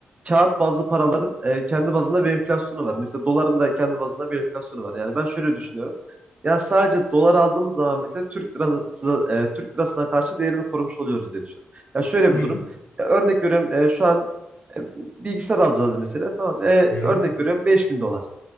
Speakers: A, on the right; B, on the left.
A: kağıt bazlı paraların e, kendi bazında bir enflasyonu var. Mesela doların da kendi bazında bir enflasyonu var. Yani ben şöyle düşünüyorum. Ya sadece dolar aldığımız zaman mesela Türk lirası e, Türk lirasına karşı değerini korumuş oluyoruz diye düşünüyorum. Ya şöyle
B: Hmm.
A: bir durum. Ya örnek veriyorum e, şu an e, bilgisayar alacağız mesela. Tamam. E,
B: Hı hı.
A: örnek veriyorum 5000 dolar.